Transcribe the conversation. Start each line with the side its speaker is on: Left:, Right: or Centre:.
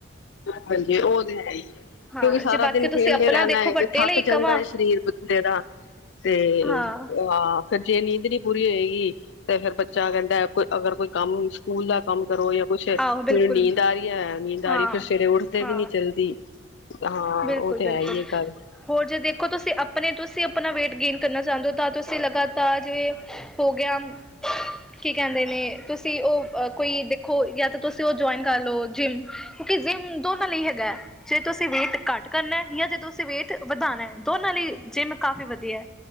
Left: ਹਾਂਜੀ, ਉਹ ਤੇ ਹੈ ਹੀ
Centre: ਹਾਂ
Left: ਕਿਉਂਕਿ ਸਾਰਾ
Centre: ਜੇ ਬਾਕੀ
Left: ਦਿਨ
Centre: ਤੁਸੀਂ
Left: ਖੇਲਦੇ
Centre: ਆਪਣਾ
Left: ਰਹਿੰਦਾ
Centre: ਦੇਖੋ
Left: ਹੈ, ਕਿ
Centre: ਵੱਡੇ
Left: ਥੱਕ
Centre: ਲਈ
Left: ਜਾਂਦਾ
Centre: ਕਵਾਂ
Left: ਹੈ ਸਰੀਰ ਬੱਚੇ ਦਾ ਤੇ
Centre: ਹਾਂ
Left: ਅਹ, ਫਿਰ ਜੇ ਨੀਂਦ ਨਹੀਂ ਪੂਰੀ ਹੋਏਗੀ ਤੇ ਫੇਰ ਬੱਚਾ ਕਹਿੰਦਾ, ਕੋਈ ਅਗਰ ਕੋਈ ਕੰਮ ਸਕੂਲ ਦਾ ਕੰਮ ਕਰੋ ਜਾਂ ਕੁਛ,
Centre: ਆਹੋ ਬਿਲਕੁਲ
Left: ਮੈਨੂੰ ਨੀਂਦ ਆ ਰਹੀ ਹੈ, ਨੀਂਦ ਆਾਰੀ
Centre: ਹਾਂ-ਹਾਂ,
Left: ਫਿਰ ਸਵੇਰੇ ਉੱਠਦੇ ਵੀ ਨਹੀਂ ਜਲਦੀ, ਹਾਂ
Centre: ਬਿਲਕੁਲ-ਬਿਲਕੁਲ।
Left: ਉਹ ਤੇ ਹੈ ਹੀ ਹੈ ਗੱਲ।
Centre: ਹੋਰ ਜੇ ਦੇਖੋ ਤੁਸੀਂ ਆਪਣੇ ਤੁਸੀਂ ਆਪਣਾ ਵੇਟ ਗੇਨ ਕਰਨਾ ਚਾਹੁੰਦੇ ਹੋ, ਤਾਂ ਤੁਸੀਂ ਲਗਾਤਾਰ ਜਿਵੇਂ ਹੋ ਗਿਆ
Left: ਹਾਂ <unintelligible>
Centre: ਕੀ ਕਹਿੰਦੇ ਨੇ, ਤੁਸੀਂ ਉਹ ਕੋਈ ਦੇਖੋ ਹੋ ਗਿਆ ਤਾਂ ਤੁਸੀਂ ਉਹ ਜੁਆਇਨ ਕਰ ਲੋ, ਜਿੰਮ ਕਿਉਂਕਿ ਜਿੰਮ ਦੋਨਾਂ ਲਈ ਹੈਗਾ ਹੈ ਜੇ ਤੁਸੀਂ ਵੇਟ ਘੱਟ ਕਰਨਾ, ਜਾਂ ਜੇ ਤੁਸੀਂ ਵੇਟ ਵਧਾਉਣਾ ਦੋਨਾਂ ਲਈ ਜਿੰਮ ਕਾਫ਼ੀ ਵਧੀਆ ਹੈ